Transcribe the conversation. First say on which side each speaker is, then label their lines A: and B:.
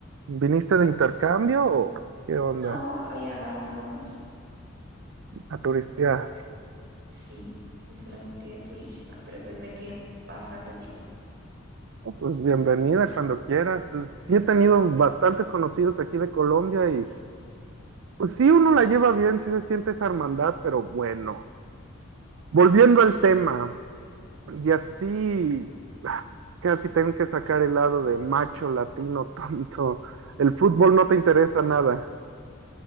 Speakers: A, on the right; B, on the right.
A: ¿Viniste de intercambio o qué onda?
B: No, a viajar nada más.
A: A turistear.
B: Sí, sí, solamente de turista, pero pues me quedé un- bastante tiempo.
A: Oh, pues bienvenida cuando quieras. Eh, Sí he tenido bastantes conocidos aquí de Colombia y... Pues sí, uno la lleva bien, sí se siente esa hermandad, pero bueno. Volviendo al tema, y así ah, casi tengo que sacar el lado de macho latino tonto. El fútbol no te interesa nada.